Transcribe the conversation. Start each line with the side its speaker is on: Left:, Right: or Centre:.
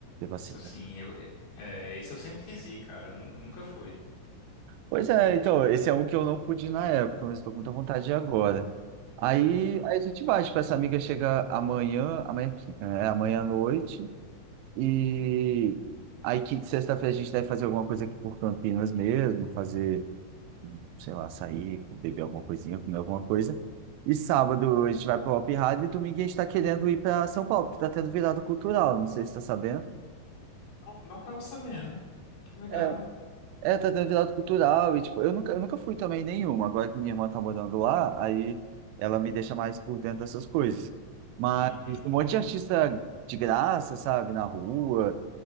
Right: um acidente.
Left: Assim, eu, é, é, esse eu sempre quis ir, cara, nunca, nunca fui.
Right: Pois é, então, esse é um que eu não pude ir na época, mas estou com muita vontade de ir agora. Aí,
Left: Hum,
Right: aí a gente vai, tipo, essa amiga chega amanhã, amanhã que fica, né? É amanhã à noite, e aí que sexta-feira a gente deve fazer alguma coisa aqui por Campinas mesmo, fazer, sei lá, sair, beber alguma coisinha, comer alguma coisa. E sábado a gente vai pro Hopi Hari e domingo a gente tá querendo ir para São Paulo, porque tá tendo virada cultural, não sei se tá sabendo.
Left: não, não tava sabendo. Que legal.
Right: É, É, tá tendo virada cultural e, tipo, eu nunca, eu nunca fui também em nenhuma. Agora que minha irmã tá morando lá, aí ela me deixa mais por dentro dessas coisas. Mas
Left: Uhum.
Right: um monte de artista de graça, sabe, na rua,